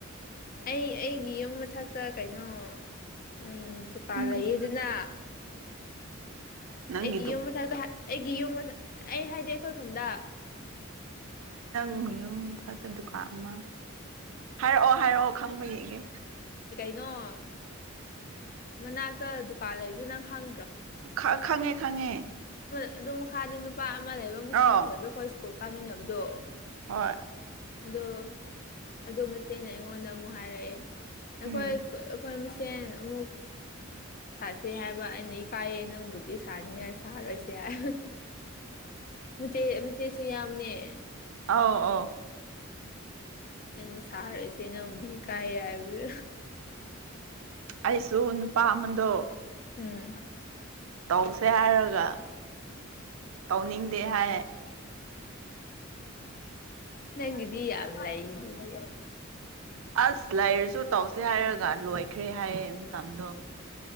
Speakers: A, on the left (about 45°); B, on the right (about 80°).
A: ꯑꯩ ꯑꯩ ꯒꯤ ꯌꯨꯝ ꯃꯊꯛꯇ ꯀꯩꯅꯣ ꯎꯝ ꯗꯨꯀꯥꯟ
B: ꯅꯪꯒꯤ
A: ꯂꯩꯌꯦꯗꯅ
B: ꯅꯪꯒꯤꯗꯨ
A: ꯑꯩꯒꯤ ꯌꯨꯝ ꯃꯊꯛꯇ ꯑꯩꯒꯤ ꯌꯨꯝ ꯃꯊ ꯑꯩ ꯍꯥꯏꯗꯤ ꯑꯩꯈꯣꯏ ꯈꯨꯟꯗ
B: ꯎ ꯌꯨꯝ ꯃꯊꯛꯇ ꯗꯨꯀꯥꯟ ꯑꯃ ꯍꯥꯏꯔꯛꯑꯣ ꯍꯥꯏꯔꯛꯑꯣ ꯈꯪꯕ ꯌꯦꯡꯒꯦ
A: ꯅꫭ ꯃꯅꯥꯛꯇ ꯗꯨꯀꯥꯟ ꯂꯩꯕꯗꯨ ꯅꯪ ꯈꯪ
B: ꯈ ꯈꯪꯉꯦ ꯈꯪꯉꯦ
A: ꯑꯗꯣ ꯃꯈꯥꯗ ꯅꯨꯄꯥ ꯑꯃ ꯂꯩꯕ ꯃꯨꯁꯝ
B: ꯑꯥꯎ
A: ꯈꯣꯏꯕ ꯈꫭꯏ ꯁ꯭ꯀꯨꯜ ꯀꯥꯃꯤꯟꯅꯕꯗꯣ
B: ꯍꯣꯏ
A: ꯑꯗꯣ ꯑꯗꯨ ꯃꯆꯦꯅ ꯑꯩꯉꯣꯟꯗ ꯑꯃꯨꯛ ꯍꯥꯏꯔꯛꯑꯦ ꯑꯩꯈꯣꯏ
B: ꯎꯝ
A: ꯑ ꯑꯩꯈꯣꯏ ꯃꯁ ꯁꯦꯟ ꯑꯃꯨꯛ ꯁꯥꯁꯦ ꯍꯥꯏꯕ ꯑꯩꯅ ꯏꯀꯥꯏꯌꯦ ꯅꯪꯕꯨꯗꯤ ꯁꯥꯅꯤꯡꯉꯥ ꯁꯥꯔꯣꯏꯁꯦ ꯍꯥꯏꯕ ꯃꯆꯦ ꯃꯆꯦꯁꯨ ꯌꯥꯎꯕꯅꯦ
B: ꯑꯥꯎ ꯑꯧ
A: ꯑꯩꯅ ꯁꯥꯔꯣꯏꯁꯦ ꯅꯕꯨꯨꯗꯤ ꯏꯀꯥꯏꯌꯦ ꯍꯥꯏꯕ
B: ꯑꯩꯁꯨ ꯅꯨꯄꯥ ꯑꯃꯗꯣ
A: ꯎꯝ
B: ꯇꯧꯁꯦ ꯍꯥꯏꯔꯒ ꯇꯧꯅꯤꯡꯗꯦ ꯍꯥꯏ
A: ꯅꯪꯒꯤꯗꯤ ꯌꯥꯝ ꯂꯩꯗꯨꯗꯤ
B: ꯑꯁ ꯂꯩꯔꯁꯨ ꯇꯧꯁꯦ ꯍꯥꯏꯔꯒ ꯂꯣꯏꯈ꯭ꯔꯦ ꯍꯥꯏꯌꯦ ꯃꯇꯝꯗꯣ